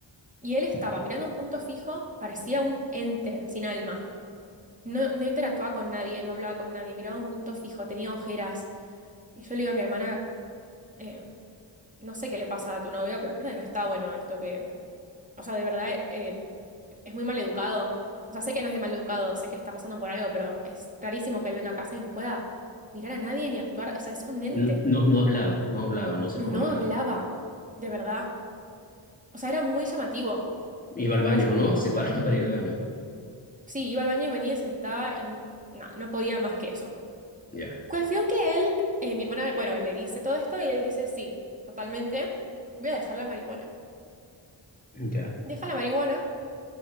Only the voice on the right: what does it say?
y él estaba mirando un punto fijo, parecía un ente sin alma. No, no interactuaba con nadie, no hablaba con nadie, miraba un punto fijo, tenía ojeras. Y yo le digo a mi hermana, eh, no sé qué le pasa a tu novio, pero en verdad no está bueno esto que, o sea, de verdad... eh, es muy mal educado. O sea, sé que no es de mal educado, sé que está pasando por algo, pero es rarísimo que él venga a casa y no pueda mirar a nadie ni actuar. O sea, es un ente.
No
hablaba, de verdad. O sea, era muy llamativo.
Era
muy llamativo.
Sí, iba al baño y venía y se sentaba y n- no, no podía más que eso.
Cuestión que él, eh, mi hermana, bueno, le dice todo esto y él dice, sí, totalmente, voy a dejar la marihuana.
Deja la marihuana,